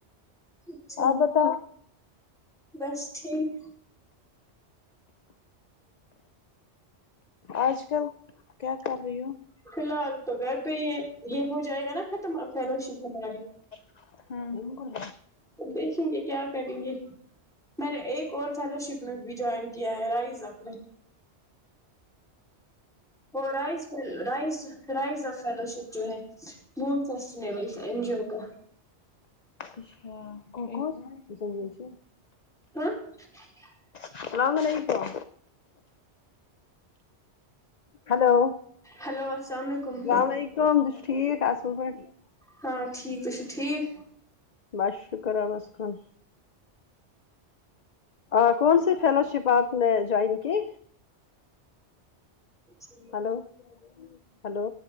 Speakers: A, in the centre; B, on the left.
A: اچھا
B: آ بتاؤ
A: بس ٹھیک
B: آج کل کیا کر رہی ہو
A: فی الحال تو گھر پہ ہی ہے یہ ہو جائے گا نا ختم فیلو شپ ہماری
B: ہاں
A: تو دیکھیں گے کیا کریں گے میں نے ایک اور فیلو شپ میں بھی جوائن کیا ہے رائز اپ اپ میں رائز رز رائز فیلو شپ جو ہے م سسب این جیو کا
B: اسش ککوزز یہس
A: <unintelligible>
B: السلام علیکم ہلو
A: ہیلو السلام علیکم
B: یلیکم ت ٹھی صب <unintelligible>
A: ہاں ٹھیک ت چ ٹھیک
B: بس شکر ربس کن اور کون سی فیلو شپ باپ نے جوائن کی
A: جی
B: ہلو ہلو